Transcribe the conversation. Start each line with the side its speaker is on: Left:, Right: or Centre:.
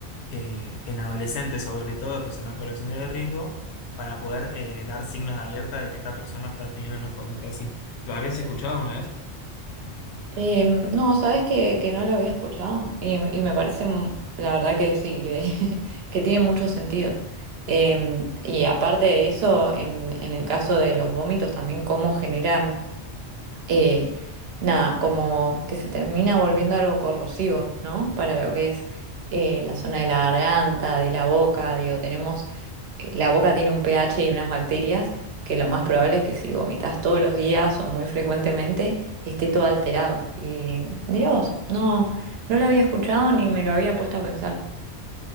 Left: eh, en adolescentes sobre todo, que son la población de riesgo, para poder eh, dar signos de alerta de que esta persona está teniendo una conducta así. ¿Lo habías escuchado alguna vez?
Right: Em, no, sabes que, que no lo había escuchado y, y me parece, mm, la verdad que sí, que, <laughs> que tiene mucho sentido. Em, y aparte de eso, en, en el caso de los vómitos, también cómo generan, eh, nada, como que se termina volviendo algo corrosivo, ¿no? Para lo que es eh, la zona de la garganta, de la boca, digo, tenemos eh, La boca tiene un pH y unas bacterias que lo más probable es que si vomitas todos los días o muy frecuentemente esté todo alterado. Y Dios, no, no lo había escuchado ni me lo había puesto a pensar.